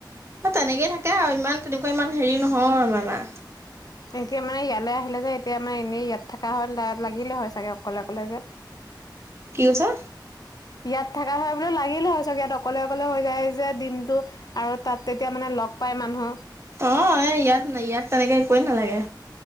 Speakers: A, on the right; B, on the left.
A: তেনেকেই থাকে আৰু ইমান তেনেকুৱা ইমান হেৰি নহয় আমাৰ মা।
B: এতিয়া মানে ইয়ালে আহিলে যে এতিয়া আমাৰ এনেই ইয়াত থকা হল তাই লাগিলে হয় চাগে অকলে অকলে যে।
A: কি কৈছা?
B: ইয়াত থাকা হলে বোলে লাগিলে হয় চাগে ইয়াত অকলে অকলে হৈ যায় যে দিনটো। আৰু তাত তেতিয়া মানে লগ পাই মানুহ।
A: অ', এ ইয়াত ন ইয়াত তেনেকে একোৱে নালাগে।